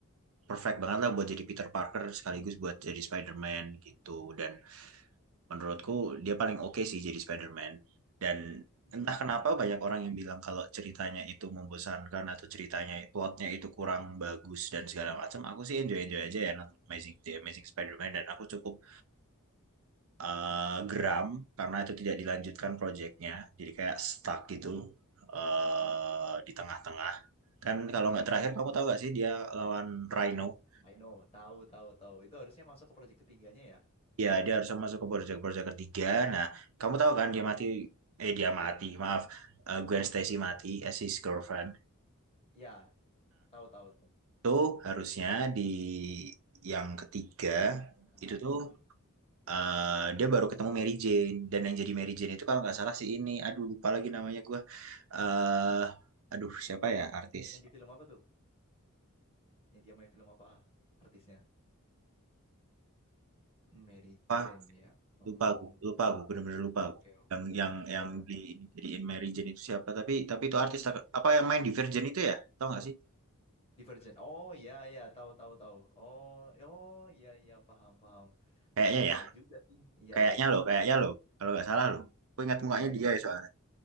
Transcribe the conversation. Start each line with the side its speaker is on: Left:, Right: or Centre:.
Right: perfect banget lah buat jadi Peter Parker sekaligus buat jadi Spider-Man gitu dan Menurutku dia paling oke sih jadi Spider-Man. Dan
Left: Hmm.
Right: entah kenapa banyak orang yang bilang kalau ceritanya itu membosankan atau ceritanya plotnya itu kurang bagus dan segala macam. Aku sih enjoy-enjoy aja ya nonton Amazing The Amazing Spider-Man dan aku cukup eh, geram karena itu tidak dilanjutkan proyeknya. Jadi kayak stuck gitu eh, di tengah-tengah. Kan kalau
Left: Mm-mm.
Right: nggak terakhir kamu tahu nggak sih dia lawan Rhino
Left: I know, tahu tahu tahu. Itu harusnya masuk ke proyek ketiganya ya.
Right: Ya dia harus masuk ke Bojack Bojack ketiga. Nah, kamu tahu kan dia mati, eh dia mati, maaf, Eh, Gwen Stacy mati as his girlfriend.
Left: Ya, tahu tahu tahu.
Right: Itu harusnya di yang ketiga
Left: Ya.
Right: itu tuh
Left: mm-mm.
Right: eh, dia baru ketemu Mary Jane dan yang jadi Mary Jane itu kalau nggak salah si ini, aduh lupa lagi namanya gue eh aduh siapa ya artis?
Left: Yang di film apa tuh? Yang dia main film apa artisnya? Mary
Right: Apa?
Left: Jane ya. Hmm,
Right: Lupa aku, lupa aku, bener-bener lupa
Left: oke
Right: aku.
Left: oke.
Right: Yang yang yang
Left: Baiklah.
Right: di jadiin Mary Jane itu siapa? Tapi tapi itu artis apa yang main di Virgin itu ya? tau nggak sih?
Left: Divergent. Oh iya iya tahu tahu tahu. Oh oh iya iya paham paham.
Right: Kayaknya
Left: Wah menarik
Right: ya.
Left: juga sih. Iya
Right: Kayaknya
Left: iya.
Right: loh, kayaknya
Left: Tapi
Right: loh. Kalau nggak salah
Left: hmm
Right: loh. Aku ingat mukanya
Left: iya
Right: dia
Left: iya.
Right: ya soalnya.